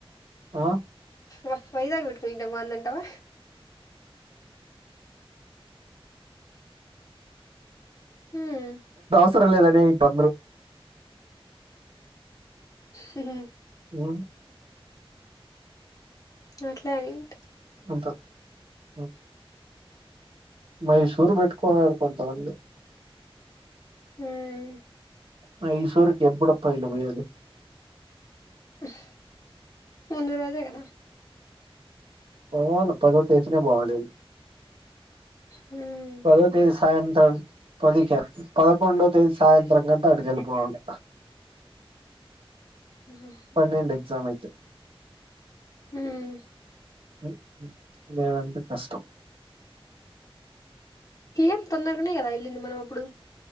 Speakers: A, on the right (about 60°); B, on the left (about 35°).
A: ఆ?
B: వాహ్! వైజాగ్ పెట్టుకుని ఉంటే బాగుంటుందంటావా? హ్మ్.
A: వసరం లేదని ఈ తొందరు.
B: హుహూ.
A: ఉమ్.
B: నో అట్లా రెంట్.
A: నముత హ్మ్. మైసూరు, పెట్టుకోన్నారు కొంతమంది.
B: హ్మ్
A: మైసూరుకి, ఎప్పుడు అబ్బా! ఇలు పోయది?
B: ఉహ్, ముందు రోజే కదా?
A: పోను, పదో టేషన్ ఏ బాగుండేది?
B: హ్మ్
A: పదో టేషన్? సాయంత్రం పదిక్య? పదూకొండో తేదీ సాయంత్రం కంటా, అటుక వెళ్లి పోవాలి.
B: హ్మ్
A: పన్నెండు ఎగ్జామ్ అయ్యితే.
B: హ్మ్.
A: ఊ. ఊ. లేదంటే కష్టం.
B: కి ఏం తొందరగానే కదా, వెళ్లింది మనం అప్పుడు?